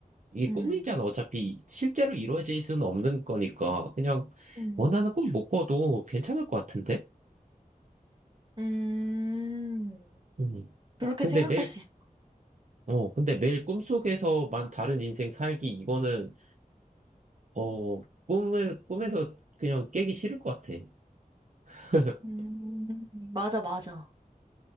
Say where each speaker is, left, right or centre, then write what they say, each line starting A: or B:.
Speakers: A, on the right; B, on the right.
A: 이게
B: 음,
A: 꿈이잖아. 어차피 실제로 이루어질 수는 없는 거니까 그냥
B: 음,
A: 원하는 꿈 못 꿔도 괜찮을 것 같은데?
B: 음.
A: 음.
B: 그렇게
A: 근데
B: 생각할
A: 매일
B: 수 있어.
A: 어 근데 매일 꿈속에서만 다른 인생 살기 이거는 어 꿈을 꿈에서 그냥 깨기 싫을 것 같아. <laughs>
B: 음, 맞아, 맞아.